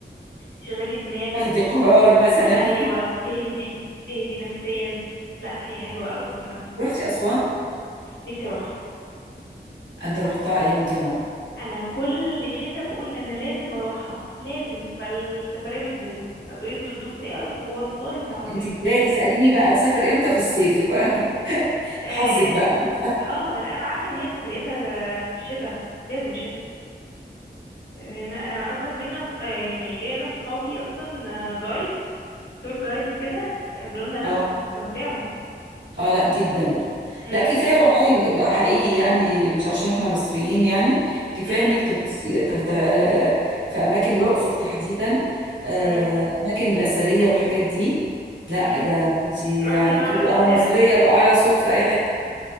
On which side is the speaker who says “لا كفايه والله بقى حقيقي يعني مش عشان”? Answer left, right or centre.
Right